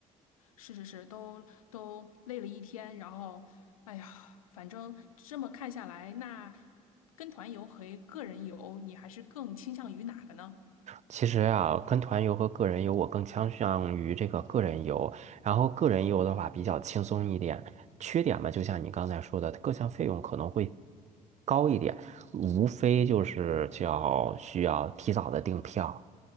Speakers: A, on the left; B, on the right.
A: 是是是，都都累了一天，然后，哎呀，反正这么看下来，那跟团游和个人游，你还是更倾向于哪个呢？
B: 其实啊，跟团游和个人游，我更倾向于这个个人游。然后个人游的话比较轻松一点，缺点嘛，就像你刚才说的，各项费用可能会高一点，无非就是叫需要提早的订票，